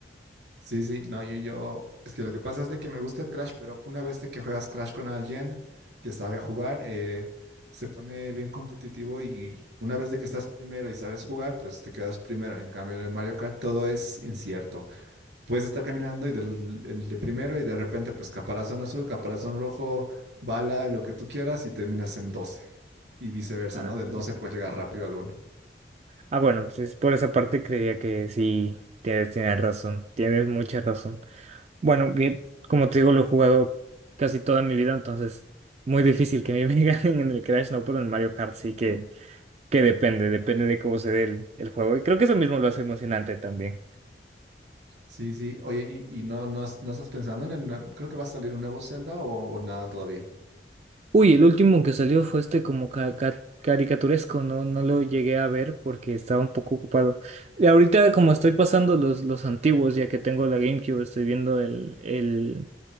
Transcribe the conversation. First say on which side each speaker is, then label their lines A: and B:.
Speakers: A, on the right (about 85°); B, on the right (about 40°).
A: Sí, sí, no, yo, yo, es que lo que pasa es de que me gusta el Crash, pero una vez de que juegas Crash con alguien que sabe jugar, eh, se pone bien competitivo y una vez de que estás primero y sabes jugar, pues te quedas primero. En cambio, en el Mario Kart todo es incierto. puedes estar caminando y del el de primero y de repente pues caparazón azul, caparazón rojo, bala, lo que tú quieras y terminas en doce Y viceversa,
B: Ah,
A: ¿no? Del 12 puedes llegar rápido al uno
B: ah, bueno, pues por esa parte creía que sí, tienes, tienes razón, tienes mucha razón. Bueno, bien, como te digo, lo he jugado casi toda mi vida, entonces muy difícil que me <laughs> ganen en el Crash, no, pero en Mario Kart sí que, que depende, depende de cómo se dé el, el juego. Y creo que eso mismo lo hace emocionante también.
A: Sí, sí. Oye, ¿y, y no, no, has- no estás pensando en el nue- Creo que va a salir un nuevo Zelda o, o nada todavía.
B: Uy, el último que salió fue este como ca- ca- caricaturesco, no, no lo llegué a ver porque estaba un poco ocupado. Y ahorita como estoy pasando los, los antiguos, ya que tengo la GameCube, estoy viendo el, el